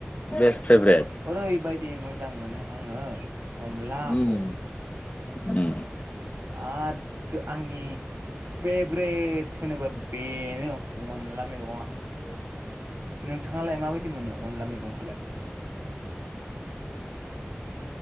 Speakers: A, on the left; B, on the right.
A: बेस फेबरेट
B: ओरैबायदि मोजां मोनो आङो। अनलाखो
A: उम उम
B: आड आंनि फेभ्रेट होनोबा बेनो अनला मैगङा।
A: <inaudible>
B: नोंथाङालाय माबायदि मोनो अनला मैगंखौलाय?